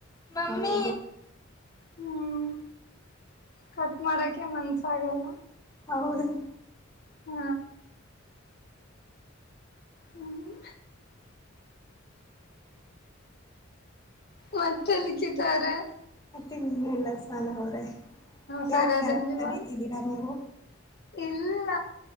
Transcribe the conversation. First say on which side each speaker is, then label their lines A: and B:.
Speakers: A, on the left; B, on the left.
A: ಮಮ್ಮಿ
B: ಹ್ಮ್ ಕಟ್ ಮಾಡಕೆ ಮನ್ಸ ಆಗಲ್ಲ
A: ಹೌದು
B: ಹ್ಮ ಹ್ಮ್ ಮತ್ತೆ ಲಿಖಿತ ಅವ್ರೇ
A: ಏನಿಲ್ಲ ಸಹನ ಅವ್ರೇ
B: ಸರಿ
A: ಯಾಕ
B: ಧನ್ಯವಾದ
A: ನಗತಿದ್ದೀರಾ ನೀವು
B: ಇಲ್ಲ